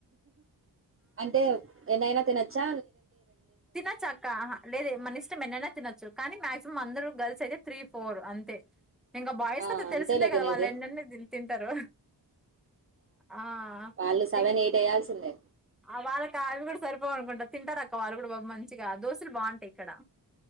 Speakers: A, on the right; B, in the centre.
A: అంటే ఎన్నైనా తినచ్చా
B: తినచ్చాక్క లేద మన ఇష్టం ఎన్నన్న తినొచ్చు కానీ మాక్సిమం అందరు గర్ల్స్ అయితే త్రీ ఫోర్ అంతే ఇంకా బాయ్స్
A: ఆ
B: కథ తెలిసిందే
A: అంతేలే
B: కదా
A: తినేది
B: వాళ్ళ ఎన్ని అయిన తింటారు ఆ
A: వాళ్ళు సెవెన్
B: ఇం
A: ఎయిట్ వేయాల్సిందే
B: ఆ వాళ్ళకి అవి కూడా సరిపోవనుకుంటారు తింటారు అక్క వాళ్ళు కూడా పాపం మంచిగా దోశలు బాగుంటాయి ఇక్కడ